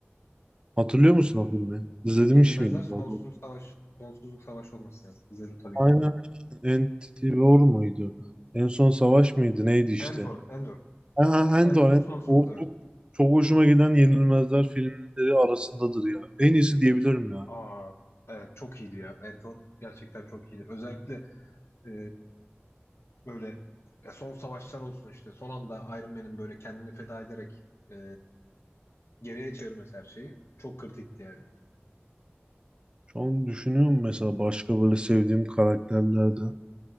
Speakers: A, on the right; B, on the left.
A: Hatırlıyor musun o filmi? İzlemiş
B: E, Yenilmezler
A: miydin? daha
B: sonsuzluk
A: doğrusu?
B: savaş sonsuzluk savaş olması lazım. İzledim tabii
A: Aynen.
B: ki.
A: Infinity War muydu? En son savaş mıydı? Neydi işte?
B: Entor, Entor.
A: Ha, Ant
B: Entor
A: War. Ant-
B: sonsuzluk
A: O
B: savaşı.
A: çok, çok hoşuma giden Yenilmezler filmleri arasındadır ya. En iyisi diyebilirim ya.
B: Aa, evet çok iyiydi ya. Entor gerçekten çok iyiydi. Özellikle Ee, böyle ya son savaşlar olsun işte. Son anda Iron Man'in böyle kendini feda ederek e, geriye çevirmesi her şeyi çok kritikti yani.
A: Şu an düşünüyorum mesela başka böyle sevdiğim karakterlerde